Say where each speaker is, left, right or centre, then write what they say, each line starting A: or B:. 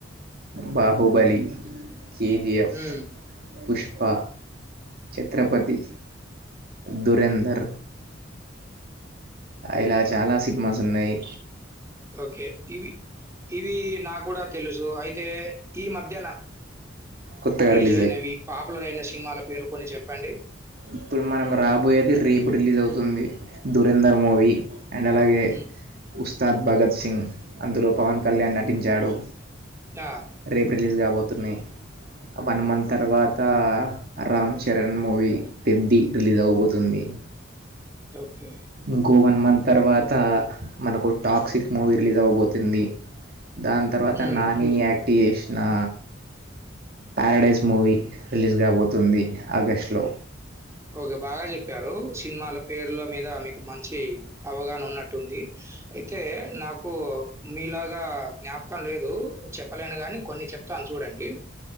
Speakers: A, on the right; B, on the right.
A: బాహుబలి కెజిఎఫ్
B: హ్మ్.
A: పుష్ ప్ప ఛత్రపతి దురేందర్ ఇలా చాలా సినిమాస్ ఉన్నయ్
B: ఓకే ఇవి ఇవి నా గూడా తెలుసు అయిత్ తే ఈ మధ్యన
A: కొత్తగా
B: రిలీజ్ అయినవి
A: అయి
B: పాపులర్ అయిన సినిమాల పేరు కొన్ని చెప్పండి
A: ఇప్పుడు మనం రాబోయేది రేపు రిలీజ్ అవుతుంది దురేంధర్ మూవీ అండ్ అలాగే
B: హ్మ్.
A: ఉస్తాద్ భగత్ సింగ్ అందులో పవన్ కళ్యాణ్ నటించాడు
B: జ్ఞా
A: రేపు రిలీజ్ కాబతున్నయ్ వన్ మంత్ తర్వాతా రామ్ చరణ్ మూవీ పెద్ది రిలీజ్
B: హ్మ్.
A: అవ్వపోతుంది
B: ఓకే.
A: ఇంకో వన్ మంత్ తర్వాత్ తా మనకు టాక్సిక్ మూవీ రిలీజ్ అవ్వబోతుంది దాని తర్వాత
B: హ్మ్.
A: నాని యాక్ట్ చేసినా పారడైస్ మూవీ రిలీజ్ గాబోతుంది ఆగస్టులో
B: ఓకే బాగా చెప్పారు సినిమాల పేర్ల మీద మీకు మంచి అవగాహన ఉన్నట్టుంది అయితే నాకు మీలాగా జ్ఞాపకం లేదు చెప్పలేను గాని కొన్ని చెప్ ప్తాను చూడండి